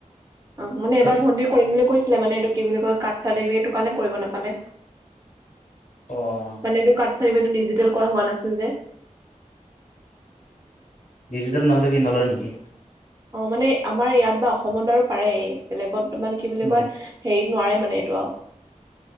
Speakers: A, on the right; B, on the left.
A: অ', মানে
B: সেইটো
A: এবাৰ ভণ্টিৰ কৰিম বুলি কৈছিলে মানে এইটো কি বুলি কয় কাষ্ট চাৰ্টিফিকেটতো কাৰণে কৰিব নাপালে।
B: অ',
A: মানে এইটো কাষ্ট চাৰ্টিফিকেটটো ডিজিটেল কৰা হোৱা নাছিল যে
B: ডিজিটেল নহলে কি নলৈ নেকি?
A: অ', মানে আমাৰ ইয়াত বা অসমত বাৰু পাৰে বেলেগত মানে কি বুলি
B: উম
A: কয় হেৰিত নোৱাৰে মানে এইটো আৰু